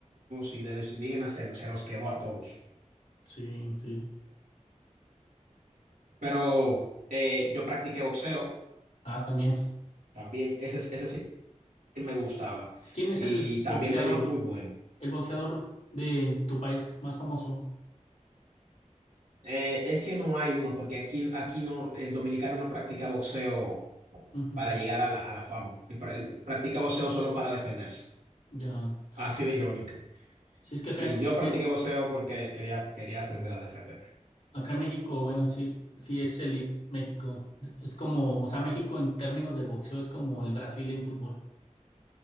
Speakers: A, on the right (about 80°); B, on the left (about 70°).
A: y de los indígenas se, se nos quedó a todos.
B: sí, sí.
A: Pero eh, yo practiqué boxeo
B: Ah, también.
A: también. Ese, ese sí me gustaba.
B: ¿Quién es
A: Y
B: el
A: también
B: boxeador,
A: me di muy bueno.
B: el boxeador de tu país más famoso?
A: Eh, es que no hay uno, porque aquí, aquí no, el dominicano no practica boxeo
B: Ujú,
A: para llegar a la, a la fama. Él, pra- él practica boxeo solo para defenderse.
B: Ya.
A: Así de irónico.
B: Si es que
A: Sí,
B: acá en,
A: yo practiqué
B: en-
A: boxeo porque quería, quería aprender a defenderme.
B: acá en México, bueno, sí, es- sí es elite México. Es como, o sea, México en términos de boxeo es como el Brasil en fútbol.